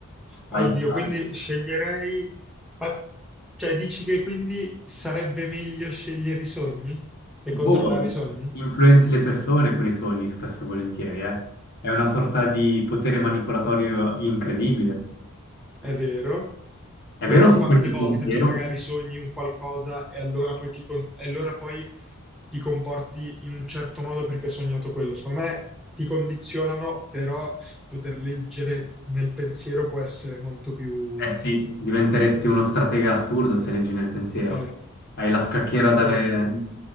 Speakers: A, in the centre; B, on the left (about 45°).
A: Oddio,
B: Aiuto.
A: quindi sceglierei... Ma, cioè, dici che quindi sarebbe meglio scegliere i sogni? E
B: Boh,
A: controllare i sogni?
B: influenzi le persone con i sogni, spesso e volentieri, eh. È una sorta di potere manipolatorio incredibile.
A: È vero,
B: È
A: però
B: vero che
A: quante
B: con il
A: volte
B: pensiero,
A: tu magari sogni un qualcosa e allora poi ti, con- e allora poi ti comporti in un certo modo perché hai sognato quello. Secondo me ti condizionano, però poter leggere nel pensiero può essere molto più...
B: eh sì, diventeresti uno stratega assurdo se leggi nel pensiero.
A: eh,
B: Hai la scacchiera
A: esatto.
B: dalle-